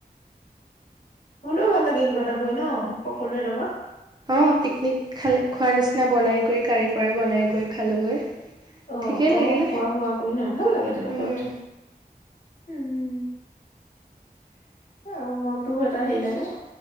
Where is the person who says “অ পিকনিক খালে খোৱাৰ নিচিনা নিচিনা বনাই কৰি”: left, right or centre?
Right